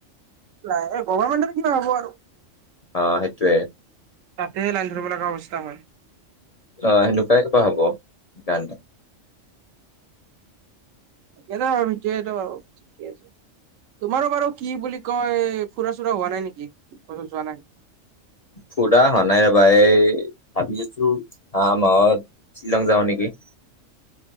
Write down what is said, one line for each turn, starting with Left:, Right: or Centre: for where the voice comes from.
Right: নাই এই গভমেণ্টৰ কিবা হ'ব আৰু।
Left: অ সেইটোয়ে
Right: তাতে লাইন ধৰিব লগা অৱস্থা হয়।
Left: অ সেনেকুৱাই কিবা হ'ব সেইকাৰণে।
Right: উটাটো ঠিকে আছে। তোমাৰো বাৰু কি বুলি কয় ফুৰা চুৰা হোৱা নাই নেকি? কতো যোৱা নাই।
Left: ফুৰা হোৱা নাই এই ভাবি আছো অহা মাহত শ্বিলং যাও নেকি? <unintelligible>